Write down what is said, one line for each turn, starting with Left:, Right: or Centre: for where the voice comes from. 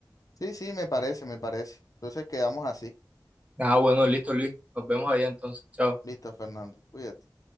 Left: Sí, sí, me parece, me parece. Entonces quedamos así.
Right: Ah, bueno, listo, Luis. Nos vemos allá entonces. Chao.
Left: Listo, Fernando. Cuídate.